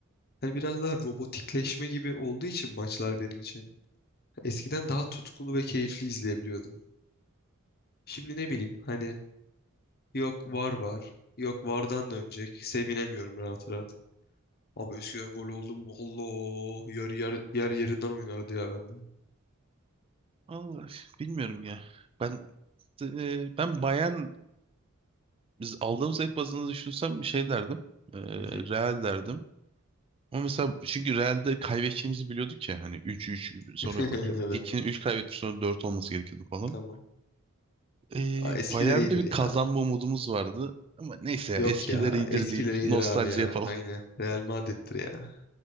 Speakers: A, on the left; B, on the right.
A: hani biraz daha robotikleşme gibi olduğu için maçlar benim için. Eskiden daha tutkulu ve keyifli izleyebiliyordum. Şimdi ne bileyim hani yok var var. Yok vardan dönecek. Sevinemiyorum rahat rahat. Abi eskiden gol oldum mu? Allah yer, yer, yer yerinden oynardı ya bende.
B: Allah bilmiyorum ya. Ben e, ben bayan biz aldığım zevk bazında düşünsem bir şey derdim. E,
A: Hı hı.
B: Real derdim. Ama mesela çünkü Real'de kaybedeceğimizi biliyorduk ya hani üç üç sonra
A: <laughs>
B: atıyorum 2
A: Evet
B: 3 kaybetmiş sonra 4 olması gerekiyordu falan.
A: tamam.
B: E,
A: Aa, eskiler
B: Bayern'de
A: iyidir
B: bir kazanma
A: ya.
B: umudumuz vardı. Ama neyse ya
A: Yok
B: eskiler
A: ya
B: iyidir
A: eskiler
B: deyip
A: iyidir
B: nostalji
A: abi ya.
B: yapalım.
A: Aynen Real Madrid'dir ya.